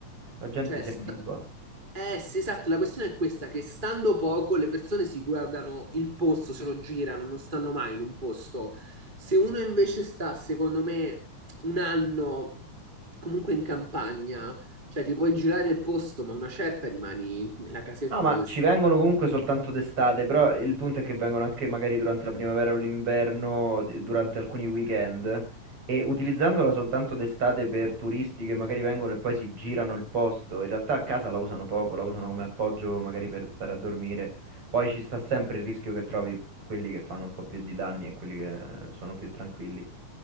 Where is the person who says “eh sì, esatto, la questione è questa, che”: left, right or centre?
Right